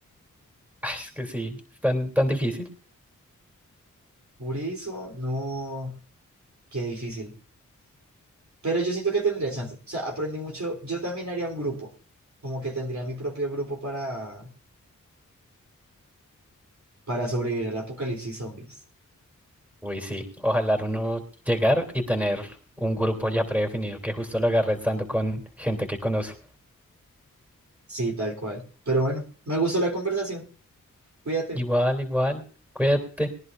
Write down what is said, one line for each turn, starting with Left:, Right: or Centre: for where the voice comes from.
Centre: <laughs> Ay, es que sí, es tan, tan difícil.
Right: por eso, no, qué difícil. Pero yo siento que tendría chance. O sea, aprendí mucho. Yo también haría un grupo, como que tendría mi propio grupo para, para sobrevivir al apocalipsis zombies.
Centre: Uy, sí, ojalá uno llegar y tener un grupo ya predefinido que justo lo agarre estando con gente que conoce.
Right: Sí, tal cual. Pero bueno, me gustó la conversación. Cuídate.
Centre: Igual, igual, cuídate.